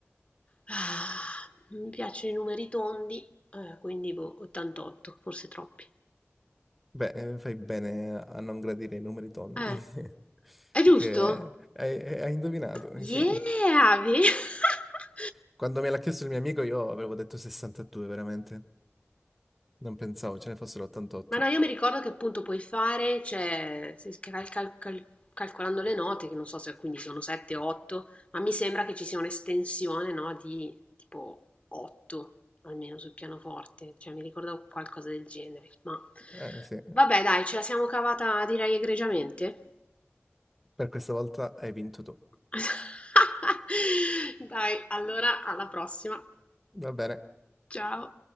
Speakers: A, on the left; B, in the centre.
A: ah, mi piacciono i numeri tondi, eh, quindi boh, 88, forse troppi.
B: Beh, eh, fai bene a non gradire i numeri tondi,
A: Eh,
B: <laughs>
A: è giusto?
B: perché hai, hai hai indovinato, eh,
A: Yeah,
B: sì.
A: ve- <laughs>
B: Quando me l'ha chiesto il mio amico io avevo detto 62, veramente. Non pensavo ce ne fossero 88.
A: Ma no, io mi ricordo che appunto puoi fare, cioè, se cal- cal- cal- calcolando le note, che non so se quindi sono 7 o 8, ma mi sembra che ci sia un'estensione, no, di tipo 8, almeno sul pianoforte, cioè mi ricordo qualcosa del genere. Ma
B: Eh sì,
A: vabbè, dai, ce la siamo cavata direi egregiamente.
B: per questa volta hai vinto tu.
A: <laughs> Dai, allora alla prossima.
B: Va bene.
A: Ciao.